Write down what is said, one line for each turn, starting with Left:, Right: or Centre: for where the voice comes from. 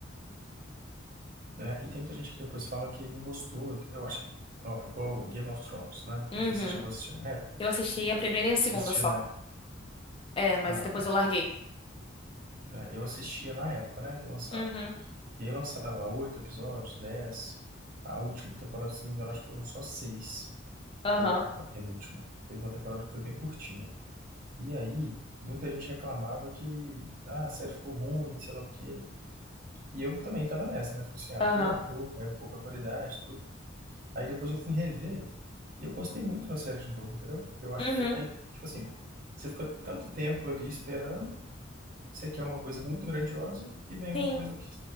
Right: né? E tem muita gente que depois fala que não gostou. Eu acho que, ó, igual Game of Thrones, né?
Left: Uhum.
Right: Não sei se você chegou a assistir na época.
Left: Eu assisti a primeira e a segunda
Right: Você assistia
Left: só.
Right: na.
Left: É, mas
Right: Ah,
Left: depois
Right: tá.
Left: eu larguei.
Right: É, eu assistia na época, né, que lançava.
Left: Uhum.
Right: E aí lançava lá oito episódios, dez. A última temporada, se não me engano, acho que foram só seis,
Left: Aham.
Right: ou a penúltima. Teve uma temporada que foi bem curtinha. E aí, muita gente reclamava que ah, a série ficou ruim, sei lá o quê. E eu também tava nessa, né? Falei assim, ah,
Left: Aham.
Right: piorou, caiu um pouco a qualidade, tudo. Aí depois eu fui rever e eu gostei muito da série de novo, entendeu? Eu acho
Left: Uhum.
Right: que é porque, tipo assim, você fica tanto tempo ali esperando, você quer uma coisa muito grandiosa e vem uma
Left: Sim.
Right: coisa que